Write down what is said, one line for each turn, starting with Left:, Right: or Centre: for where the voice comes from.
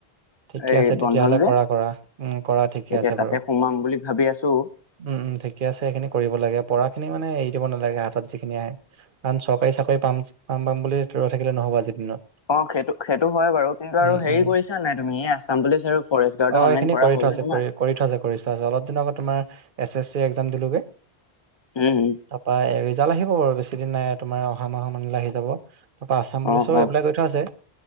Right: ঠিকে
Left: এই
Right: আছে
Left: বন্ধন
Right: তেতিয়াহ'লে
Left: যে
Right: কৰা-কৰা। উম', কৰা ঠিকে
Left: তাকে
Right: আছে
Left: তাতে
Right: বাৰু।
Left: সোমাম বুলি ভাবি আছো
Right: উম', -উম', ঠিকে আছে সেইখিনি কৰিব লাগে পঢ়া খিনি মানে এৰি দিব নালাগে হাতত যিখিনি আহে। কাৰণ চৰকাৰী চাকৰি পাম, পাম-পাম বুলি ৰৈ থাকিলে নহ'ব আজিৰ দিনত।
Left: অ', সেইটো-সেইটো হয় বাৰু। কিন্তু আৰু
Right: উম,
Left: হেৰি
Right: উম।
Left: কৰিছা নাই তুমি আছাম পুলিচ আৰু ফৰেষ্ট গাৰ্ডৰ
Right: অ
Left: অনলাইন
Right: সেইখিনি
Left: কৰা
Right: কৰি
Left: হ'ল
Right: থোৱা আছে
Left: নাই তোমাৰ।
Right: কৰি কৰি থোৱা আছে কৰিছা অলপ দিনৰ আগত তোমাৰ এছ এছ চি একজাম দিলোগে।
Left: উম', -হুম',।
Right: তাৰপা এ ৰিজাল্ট আহিব আৰু বেছি দিন নাই তোমাৰ অহা মাহৰ মানেলে আহি যাব। তাৰপা আসাম পুলিচৰো
Left: অ অ
Right: এপ্লাই কৰি থোৱা আছে।